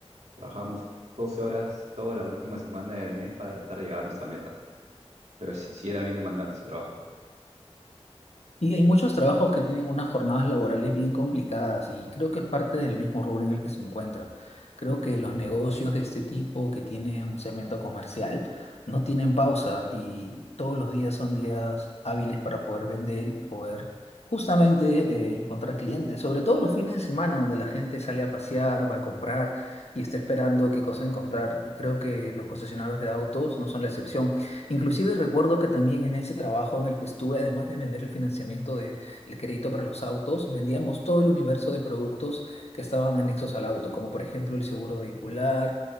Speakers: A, on the right; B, on the left.
A: Trabajamos 12 horas toda la última semana del mes para tratar de llegar a nuestra meta, pero sí, sí era bien demandante ese trabajo.
B: Y hay muchos trabajos que tienen unas jornadas laborales bien complicadas y creo que es parte del mismo rubro en el que se encuentran. Creo que los negocios de este tipo que tienen un segmento comercial no tienen pausa y todos los días son días hábiles para poder vender y poder justamente eh, encontrar clientes, sobre todo los fines de semana donde la gente sale a pasear, va a comprar y está esperando qué cosa encontrar. Y creo que los concesionarios de autos no son la excepción. Inclusive recuerdo que también en ese trabajo en el que estuve, además de vender el financiamiento del crédito para los autos, vendíamos todo el universo de productos que estaban anexos al auto, como por ejemplo el seguro vehicular,